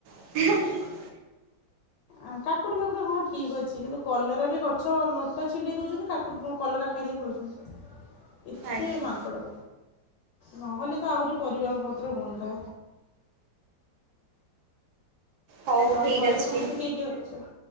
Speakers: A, on the right; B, on the left.
A: ହ
B: ଆ କାକୁଡି ଫାକୁଡି ହଁ ଠିକ୍ ଅଛି। କିନ୍ତୁ କଲରା ବି ଗଛ ଲଟା ଛି ଛିଣ୍ଡେଇ ଦେଉଛନ୍ତି କା କଲରା ଖାଇ ଦେଇ ପଳଉଛନ୍ତି। ଏତେ
A: ଆଚ୍ଛା।
B: ମାଙ୍କଡ଼। ନହେଲେ ତ ଆହୁରି ପରିବା ପତ୍ର ହୁଅନ୍ତା।
A: ହଉ
B: ଆଉ
A: ଠିକ୍
B: ଘରେ
A: ଅଛି।
B: ସମସ୍ତେ କିଏ କିଏ ଅଛ